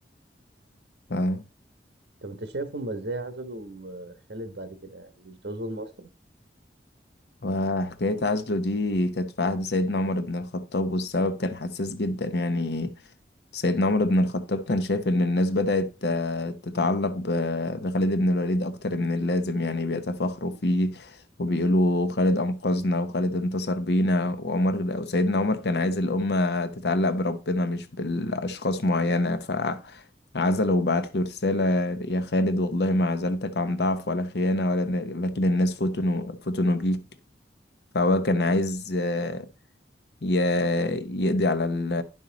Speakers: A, on the left; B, on the right.
A: فاهم
B: طب أنت شايف هما إزاي عزلوا آه، خالد بعد كده يعني مش ده ظلم أصلا؟
A: وحكاية عزله دي كانت في عهد سيدنا عمر بن الخطاب والسبب كان حساس جدا يعني سيدنا عمر بن الخطاب كان شايف إن الناس بدأت آه، تتعلق ب- بخالد بن الوليد أكتر من اللازم يعني بيتفاخروا فيه وبيقولوا خالد أنقذنا وخالد انتصر بينا وعمر أو سيدنا عمر كان عايز الأمة تتعلق بربنا مش بالأشخاص معينة فعزله وبعت له رسالة يا خالد والله ما عزلتك عن ضعف ولا خيانة ولا لكن الناس فتنوا فتنوا بيك فهو كان عايز آه، ي- يقضي على ال-